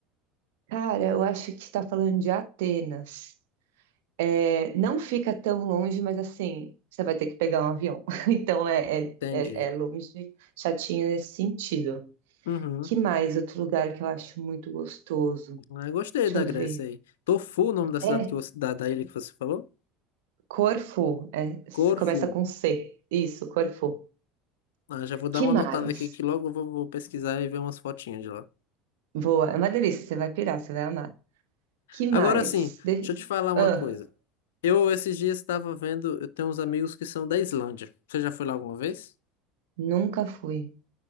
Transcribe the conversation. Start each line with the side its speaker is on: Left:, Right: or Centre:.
Right: cara, eu acho que está falando de Atenas. É, não fica tão longe, mas assim, você vai ter que pegar um avião. <laughs> Então é, é,
Left: Entendi.
Right: é, é longe, chatinho nesse sentido.
Left: Uhum.
Right: Que mais outro lugar que eu acho muito gostoso?
Left: Ah, eu gostei
Right: Deixa
Left: da
Right: eu
Left: Grécia
Right: ver.
Left: aí. Tofu o nome da cidade
Right: É,
Left: que você, da, da ilha que você falou?
Right: Corfu, é, s-
Left: Corfu.
Right: começa com C. Isso, Corfu.
Left: Ah, já vou dar
Right: Que
Left: uma notada
Right: mais?
Left: aqui que logo eu vou, vou pesquisar e ver umas fotinhas de lá.
Right: Boa, é uma delícia, você vai pirar, você vai amar. Que mais?
Left: Agora sim,
Right: De-
Left: deixa eu te falar uma
Right: Ah,
Left: coisa. Eu esses dias estava vendo, eu tenho uns amigos que são da Islândia. Você já foi lá alguma vez?
Right: nunca fui.